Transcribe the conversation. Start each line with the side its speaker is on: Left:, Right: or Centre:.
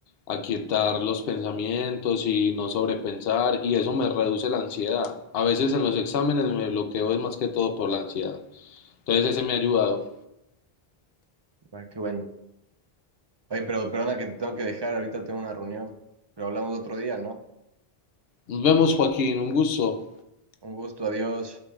Left: aquietar los pensamientos y no sobrepensar y eso me reduce la ansiedad. A veces en los exámenes me bloqueo es más que todo por la ansiedad. Entonces, ese me ha ayudado.
Right: Ah, qué bueno. Oye, pero perdona que te tengo que dejar, ahorita tengo una reunión, pero hablamos otro día, ¿no?
Left: Nos vemos, Joaquín, un gusto.
Right: Un gusto, adiós.